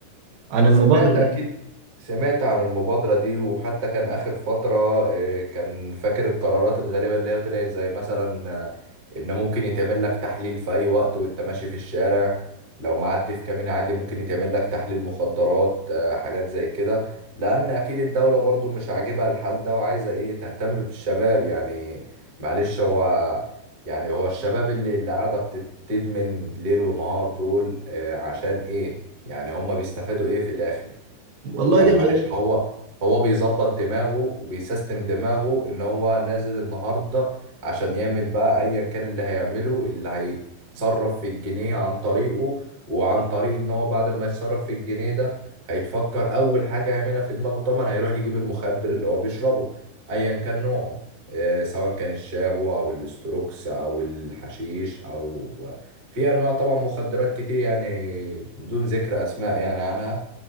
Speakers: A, on the right; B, on the right.
A: عن
B: سمعت
A: المبادرة
B: أكيد
A: دي
B: سمعت عن المبادرة دي وحتى كان آخر فترة آه، كان فاكر القرارات الغريبة اللي هي طلعت زي مثلا آه، إن ممكن يتعمل لك تحليل في أي وقت وأنت ماشي في الشارع لو معدي في كمين عادي ممكن يتعمل لك تحليل مخدرات آه، حاجات زي كده لأن أكيد الدولة برضو مش عاجبها الحال ده وعايزة إيه تهتم بالشباب يعني معلش هو يعني هو الشباب اللي اللي قاعدة بتت- تدمن ليل ونهار دول آه، عشان ايه يعني هما بيستفادوا ايه في الاخر
A: والله
B: يعني
A: دي حقيقة
B: معلش هو هو بيظبط دماغه وبيسيستم دماغه ان هو نازل النهارده عشان يعمل بقى ايا كان اللي هيعمله اللي هيتصرف في الجنيه عن طريقه وعن طريق ان هو بعد ما يتصرف في الجنيه ده هيتفكر اول حاجة يعملها في دماغه طبعا هيروح يجيب المخدر اللي هو بيشربه ايا كان نوعه آه، سواء كان الشابو او الاستروكس او الحشيش او في انواع طبعا مخدرات كتير يعني بدون ذكر اسماء يعني عنها